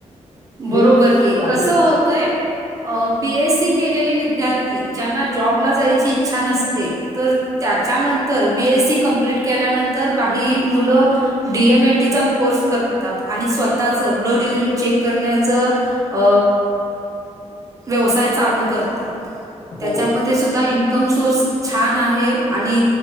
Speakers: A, on the right; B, on the left.
A: बरोबर
B: हेच
A: की,
B: काही
A: कस
B: लोक
A: होतंय अ, बीएससी केलेले विद्यार्थी ज्यांना जॉबला जायची इच्छा नसते. तर त्याच्यानंतर, बी एस सी ककंप्लीट केल्यानंतर, काही मुलं डीएमएलटी चा कोर्स करतात आणि स्वतःच ब्लड यरिन चेक करण्याच अ व्यवसाय चालू करतात. त्याच्यामध्ये
B: हो
A: सुद्धा इन्कम सोर्स छान आहे आणि